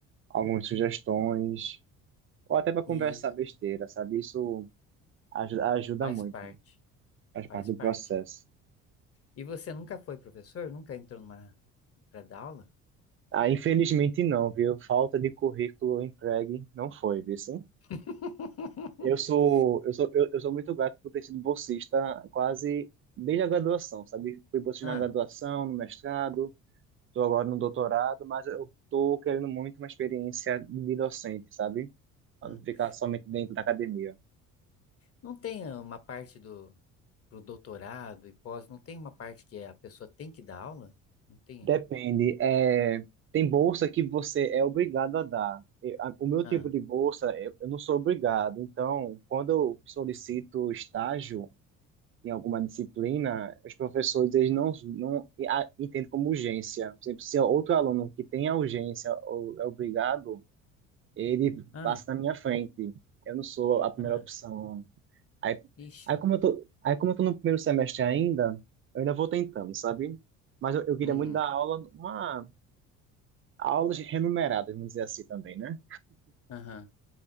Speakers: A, on the right (about 30°); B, on the left (about 35°).
A: algumas sugestões, ou até para conversar
B: isso
A: besteira, sabe? Isso ajuda, ajuda
B: faz
A: muito,
B: parte,
A: faz parte
B: faz parte.
A: do processo.
B: E você nunca foi professor? Nunca entrou numa para dar aula?
A: Ah, infelizmente não, viu? Falta de currículo entregue não foi, viu? sim?
B: <laughs>
A: Eu sou, eu sou, eu, eu sou muito grato por ter sido bolsista quase desde a graduação, sabe? Fui bolsista
B: Ah,
A: na graduação, no mestrado, estou agora no doutorado, mas eu estou querendo muito uma experiência de docente, sabe? Para
B: ah.
A: não ficar somente dentro da academia.
B: Não tem ah, uma parte do pro doutorado e pós, não tem uma parte que a pessoa tem que dar aula? Não tem.
A: Depende. É, tem bolsa que você é obrigado a dar. Eu- a- O meu tipo
B: Ah,
A: de bolsa, eu eu não sou obrigado. Então, quando eu solicito estágio, em alguma disciplina, os professores eles não, não a- entendem como urgência. Por exemplo, se é outro aluno que tem a urgência ou é obrigado, ele
B: ah,
A: passa na minha frente. Eu não sou a primeira
B: ah.
A: opção. Aí,
B: Ixi.
A: aí como eu tô, aí como eu tô no primeiro semestre ainda, eu ainda vou tentando, sabe? Mas eu, eu queria
B: Uhum,
A: muito dar aula, uma aulas renumeradas, vamos dizer assim também, né?
B: aham.